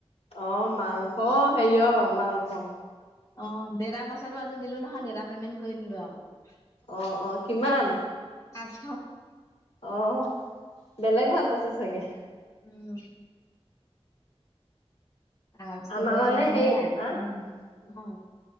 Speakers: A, on the left; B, on the left.
A: অ', মাংস হেৰিয় মাংস।
B: অ', দেতাৰ পইচাটো আজি দিলোঁ নহয় দেতা পেমেণ্ট কৰি দিলোঁ আৰু।
A: অ', অ', কিমান?
B: পাঁচশ।
A: অহ, বেলেগ ভাল পাইছে চাগে।
B: উম। তাৰপিছতে
A: আমাৰ মানে হেৰি
B: সেয়াই
A: আ।
B: উম। অ'।